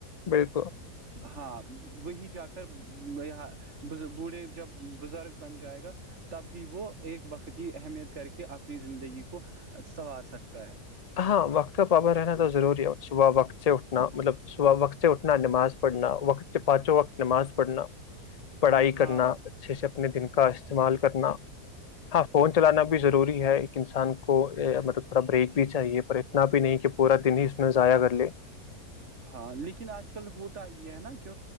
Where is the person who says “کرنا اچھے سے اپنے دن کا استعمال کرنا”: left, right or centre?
Left